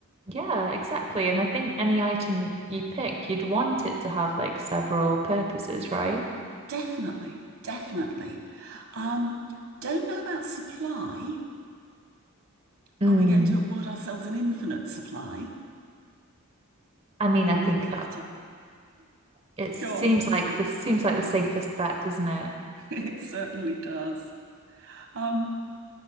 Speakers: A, on the right; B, on the right.
A: Yeah, exactly. And I think any item you pick, you'd want it to have like several purposes, right?
B: Definitely, definitely. Um, don't know about supply.
A: Mm.
B: Are we going to award ourselves an infinite supply,
A: I mean,
B: or
A: I think
B: will we have
A: that
B: to
A: it
B: <laughs>
A: seems
B: go on?
A: like
B: <laughs>
A: the seems like the safest bet, doesn't it?
B: It certainly does. Um,